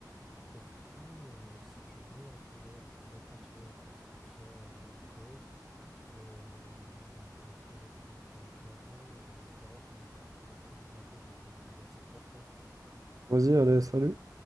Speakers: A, in the centre; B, on the right.
A: Ben, du coup, euh, si tu veux, on pourrait, on pourrait continuer notre discussion euh, après. Et euh, ben, je te retrouve euh, bientôt, euh, espérant qu'on qu'on se retrouve bientôt dans de, de bonnes circonstances.
B: Vas-y, allez, salut.